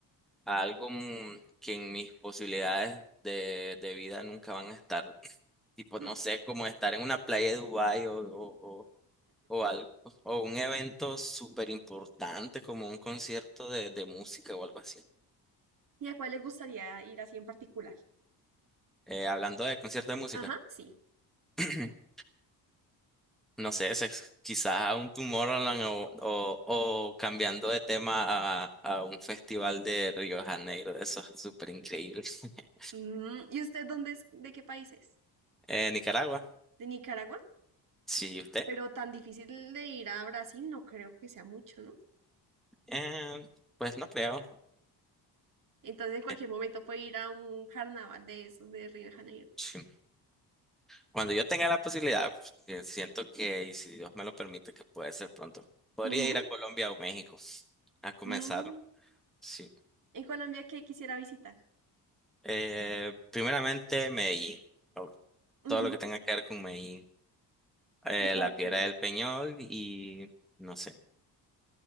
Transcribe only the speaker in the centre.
a algo mu- que en mis posibilidades de, de vida nunca van a estar, tipo, no
sé, como estar en una playa de Dubái o, o, o- o algo, o un evento súper importante como un concierto de, de música o algo así.
Eh, hablando de concierto de música.
<clears throat> No sé, se- quizás a un Tomorrowland o, o, o cambiando de tema a, a un festival de Río de Janeiro, eso es súper increíble. <laughs>
Eh, Nicaragua,
sí, ¿y usted?
Eh, pues no creo.
Eh,
sí. Cuando yo tenga la posibilidad, que siento que, y si Dios me lo permite, que puede ser pronto, podría
ir a Colombia o México a comenzar,
sí.
Eh, primeramente, Medellín, o todo
lo que tenga que ver con Medellín, Eh,
la Piedra
del Peñol y... No sé.